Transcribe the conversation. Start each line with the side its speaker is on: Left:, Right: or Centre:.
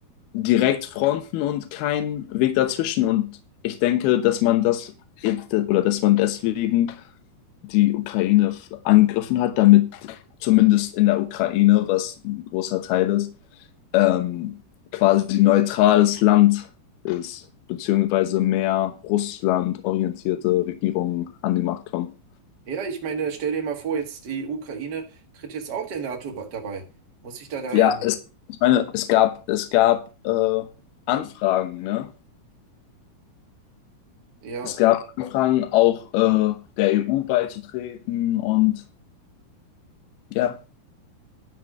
Left: direkt Fronten und keinen Weg dazwischen. Und ich denke, dass man das jetzt, oder dass man deswegen die Ukraine angegriffen hat, damit zumindest in der Ukraine, was ein großer Teil ist, ähm, quasi neutrales Land ist, beziehungsweise mehr Russland orientierte Regierungen an die Macht kommen.
Right: Ja, ich meine, stell dir mal vor, jetzt die Ukraine tritt jetzt auch der NATO ba- dabei. Muss ich da da
Left: Ja,
Right: ja noch.
Left: es, ich meine, es gab, es gab äh, Anfragen, ne?
Right: Ja,
Left: Es gab Anfragen, auch äh, der EU beizutreten und ja,